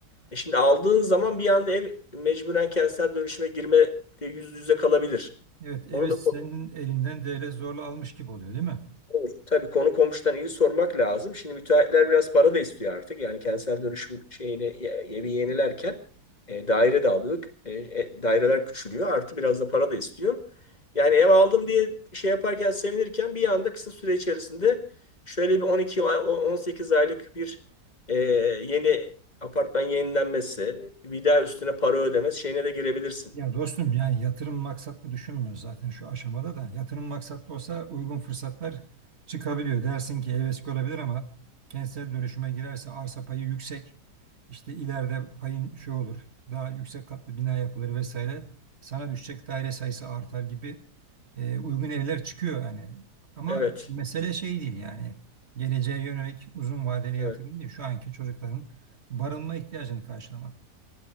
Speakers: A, on the left; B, on the right.
A: E şimdi aldığın zaman bir anda ev mecburen kentsel dönüşüme girme yüz yüze kalabilir.
B: Evet, evi
A: Onu da
B: senin elinden devlet zorla almış gibi oluyor, değil mi?
A: Olur. Tabii konu komşudan iyi sormak lazım. Şimdi müteahhitler biraz para da istiyor artık. Yani kentsel dönüşüm şeyini ye- evi yenilerken e, daire de aldık. E, e, daireler küçülüyor. Artı biraz da para da istiyor. Yani ev aldım diye şey yaparken sevinirken bir anda kısa süre içerisinde şöyle bir 12 ay- 18 aylık bir e, yeni apartman yenilenmesi, bir daha üstüne para ödemesi şeyine de girebilirsin.
B: Ya dostum yani yatırım maksatlı düşünmüyor zaten şu aşamada da. Yatırım maksatlı olsa uygun fırsatlar çıkabiliyor. Dersin ki evet olabilir ama kentsel dönüşüme girerse arsa payı yüksek. İşte ileride payın şu olur. Daha yüksek katlı bina yapılır vesaire. Sana düşecek daire sayısı artar gibi e, uygun evler çıkıyor yani. Ama
A: Evet.
B: mesele şey değil yani. Geleceğe yönelik uzun vadeli yatırım
A: Evet.
B: değil. Şu anki çocukların barınma ihtiyacını karşılamak.